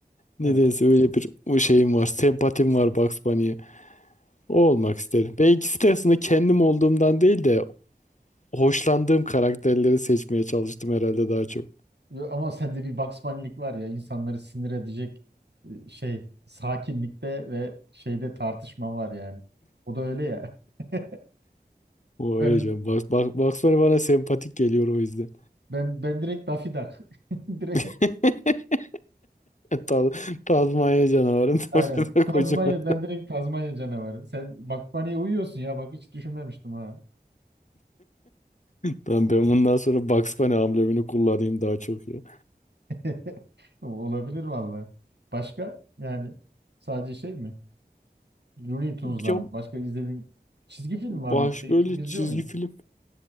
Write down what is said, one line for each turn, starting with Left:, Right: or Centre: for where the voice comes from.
Left: Nedense
Right: Ya bak-
Left: öyle bir o şeyim var. Sempatim var Bugs Bunny'ye. O olmak isterim. Ben ikisi de aslında kendim olduğumdan değil de hoşlandığım karakterleri seçmeye çalıştım herhalde daha çok.
Right: Ama sende bir Bugs var ya insanları sinir edecek e, şey sakinlikte ve şeyde tartışma var yani. O da öyle ya. <laughs>
Left: O
Right: Ben
Left: öyle canım. Bugs, Bugs, Bugs Bunny bana sempatik geliyor o yüzden.
Right: ben ben direkt Daffy Duck. <laughs> Direkt
Left: <laughs> Ta- Tazmanya canavarından
Right: aynen.
Left: bir de
Right: Tazmanya
Left: kocaman.
Right: ben direkt Tazmanya canavarı. Sen Bugs Bunny'ye uyuyorsun ya bak hiç düşünmemiştim ha.
Left: Tamam ben bundan sonra Bugs Bunny amblemini kullanayım daha çok ya.
Right: <laughs> Olabilir valla. Başka yani sadece şey mi? Looney Tunes'dan
Left: Ya
Right: başka izlediğin çizgi film var
Left: başka
Right: mı? Peki
Left: öyle
Right: Çok izliyor
Left: çizgi
Right: muydun?
Left: film